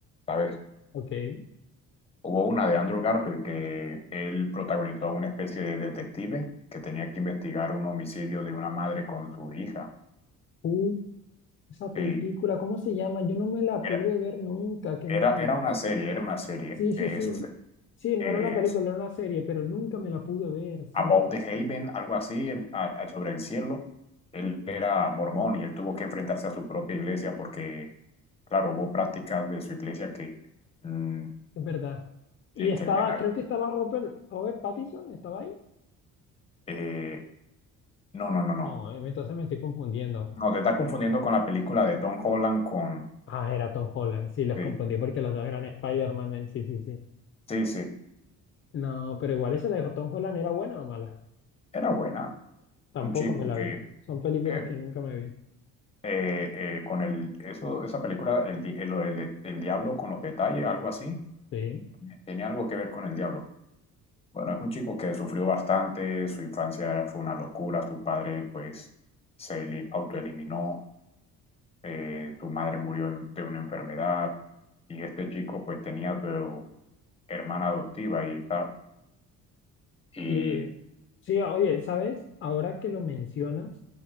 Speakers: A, on the left; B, on the left.
A: ¿sabes?
B: ok.
A: Hubo una de Andrew Garfield que él protagonizó a una especie de detective que tenía que investigar un homicidio de una madre con su hija.
B: Uh, esa película,
A: Sí,
B: ¿cómo se llama? Yo no me la pude
A: era,
B: ver nunca, qué
A: era,
B: mal.
A: era una serie, era una serie.
B: Sí, sí,
A: Es,
B: sí. Sí, no
A: es
B: era una película, era una serie, pero nunca me la pude ver, siempre,
A: About the Haven, algo así, el- a- a- sobre el cielo. Él era mormón y él tuvo que enfrentarse a su propia iglesia porque, claro, hubo prácticas de su iglesia que... mm,
B: es verdad. Y
A: de
B: estaba,
A: que en la-
B: creo que estaba Robert, Robert Pattinson, ¿estaba ahí?
A: eh, no, no, no, no.
B: No, eh, entonces me estoy confundiendo.
A: No, te estás confundiendo con la película de Tom Holland con...
B: Ah, era Tom Holland, sí, los
A: Sí.
B: confundí porque los dos eran Spider-Man, en- sí, sí, sí.
A: Sí, sí,
B: No, pero igual esa de Tom Holland era buena o mala.
A: Era buena,
B: Tampoco
A: un chico
B: me la
A: que
B: vi. Son películas
A: eh,
B: que nunca me vi.
A: eh, eh, con el, eso, esa película, el, di- el, el- el diablo con los detalles, algo así,
B: Sí.
A: tenía algo que ver con el diablo. Bueno, es un chico que sufrió bastante, su infancia fue una locura, su padre pues se eli- autoeliminó, eh, su madre murió en- de una enfermedad y este chico pues tenía a su hermana adoptiva y está, y
B: Sí, sí, oye, ¿sabes? Ahora que lo mencionas,